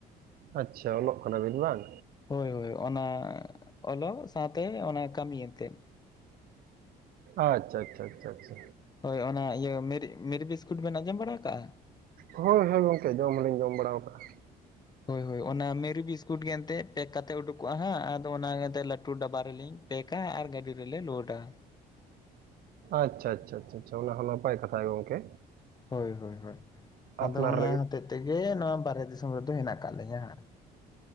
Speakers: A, on the right; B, on the left.
A: ᱟᱪᱪᱷᱟ ᱚᱞᱚᱜ ᱠᱟᱱᱟ ᱵᱤᱱ ᱵᱟᱝ
B: ᱦᱳᱭ ᱦᱳᱭ ᱚᱱᱟ ᱚᱞᱚᱜ ᱥᱟᱶᱛᱮ ᱚᱱᱟ ᱠᱟᱹᱢᱤ ᱮᱱᱛᱮᱜ
A: ᱟᱪᱪᱷᱟ ᱟᱪᱪᱷᱟ ᱟᱪᱪᱷᱟ ᱟᱪᱪᱷᱟ
B: ᱦᱳᱭ ᱚᱱᱟ ᱤᱭᱟᱹ ᱢᱮᱨᱤ ᱢᱮᱨᱤ ᱵᱤᱥᱠᱩᱴ ᱵᱮᱱ ᱟᱸᱡᱚᱢ ᱵᱟᱲᱟ ᱠᱟᱜᱼᱟ
A: ᱦᱳᱭ ᱦᱳᱭ ᱜᱚᱝᱠᱮ ᱡᱚᱢ ᱦᱚᱞᱤᱧ ᱡᱚᱢ ᱵᱟᱲᱟᱣ ᱟᱠᱟᱜ ᱟ
B: ᱦᱳᱭ ᱦᱳᱭ ᱚᱱᱟ ᱢᱮᱨᱤ ᱵᱤᱥᱠᱩᱴ ᱜᱮ ᱮᱱᱛᱮᱜ ᱯᱮᱠ ᱠᱟᱛᱮᱜ ᱩᱰᱩᱠᱚᱜ ᱟ ᱦᱟᱸᱜ ᱟᱫᱚ ᱚᱱᱟ ᱮᱱᱛᱮ ᱴᱩ ᱰᱟᱵᱟ ᱨᱮᱞᱤᱧ ᱯᱮᱠᱟ ᱟᱨ ᱜᱟᱹᱰᱤ ᱨᱮᱞᱮ ᱞᱳᱰᱟ
A: ᱟᱪᱪᱷᱟ ᱟᱪᱪᱷᱟ ᱟᱪᱷᱟ ᱟᱪᱷᱟ ᱚᱱᱟ ᱦᱚᱸ ᱱᱟᱯᱟᱭ ᱠᱟᱛᱷᱟ ᱜᱮ ᱜᱚᱝᱠᱮ
B: ᱦᱳᱭ ᱦᱳᱭ ᱦᱳᱭ
A: ᱟᱯᱱᱟᱨ
B: ᱟᱫᱚ ᱚᱱᱟ
A: ᱞᱟᱹᱜᱤᱫ
B: ᱦᱚᱛᱮᱜ ᱛᱮᱜᱮ ᱱᱚᱣᱟ ᱵᱟᱨᱦᱮ ᱫᱤᱥᱚᱢ ᱨᱮᱫᱚ ᱦᱮᱱᱟᱜ ᱠᱟᱜ ᱞᱤᱧᱟᱹ ᱦᱟᱸᱜ